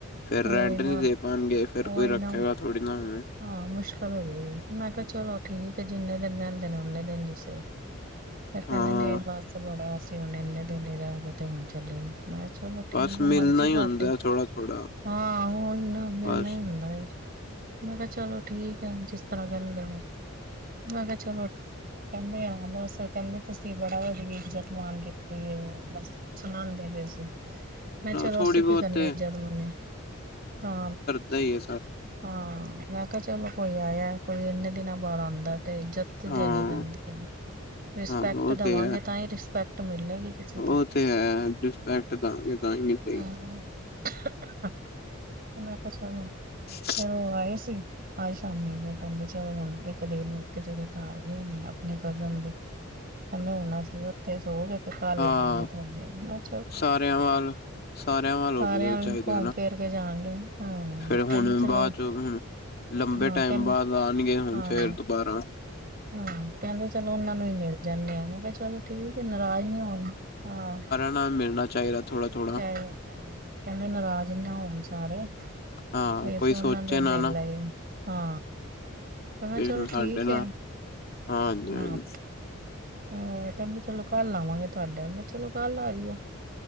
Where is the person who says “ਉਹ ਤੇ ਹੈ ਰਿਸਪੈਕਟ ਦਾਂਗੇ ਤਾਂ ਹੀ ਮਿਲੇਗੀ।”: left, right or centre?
Left